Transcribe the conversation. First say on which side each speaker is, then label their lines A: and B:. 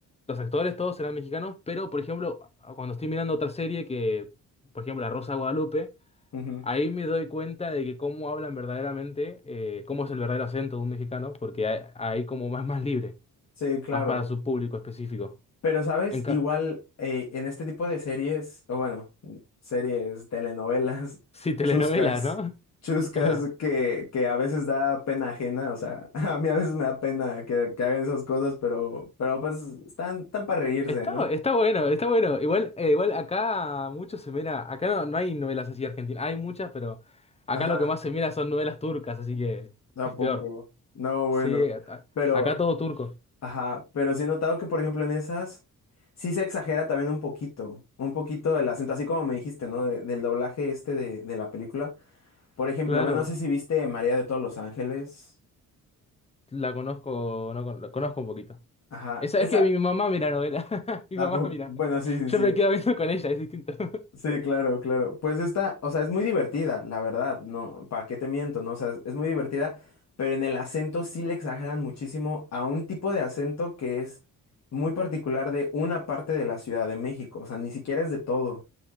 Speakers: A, on the left (about 20°); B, on the left (about 50°).
A: los actores todos serán mexicanos, pero por ejemplo, a- cuando estoy mirando otra serie que, por ejemplo, La Rosa de Guadalupe,
B: Ujú.
A: ahí me doy cuenta de que cómo hablan verdaderamente, eh, cómo es el verdadero acento de un mexicano, porque hay, hay como más, más libre.
B: Sí, claro.
A: Más para su público específico.
B: Pero, ¿sabes?
A: En ca-
B: Igual eh, en este tipo de series, o bueno, series, telenovelas,
A: sí,
B: <laughs>
A: telenovela,
B: chuscas,
A: ¿no?
B: chuscas
A: <laughs>
B: que, que a veces da pena ajena, o sea, <laughs> a mí a veces me da pena que, que hagan esas cosas, pero, pero pues están, están para reírse,
A: Está,
B: ¿no?
A: está bueno, está bueno. Igual, eh, igual acá mucho se mira. Acá no, no hay novelas así argentinas. Hay muchas, pero acá
B: Ajá,
A: lo que más se mira son novelas turcas, así que
B: ¿a
A: es
B: poco?
A: peor.
B: No,
A: Sí,
B: bueno,
A: acá,
B: pero,
A: acá todo turco.
B: ajá, pero sí he notado que, por ejemplo, en esas sí se exagera también un poquito, un poquito el acento, así como me dijiste, ¿no? De- del doblaje este de, de la película. Por ejemplo,
A: Claro,
B: bueno, no sé si viste María de todos los Ángeles.
A: la conozco, no, con- la conozco un poquito.
B: Ajá,
A: Esa
B: esa.
A: es que mi mamá mira novela. <laughs> Mi
B: ah,
A: mamá
B: po-
A: mira.
B: Bueno, sí,
A: Yo
B: sí, sí.
A: me quedo viendo con ella, es distinto. <laughs>
B: Sí, claro, claro. Pues esta, o sea, es muy divertida, la verdad. No, ¿para qué te miento? No, o sea, es muy divertida, pero en el acento sí le exageran muchísimo a un tipo de acento que es muy particular de una parte de la Ciudad de México. O sea, ni siquiera es de todo.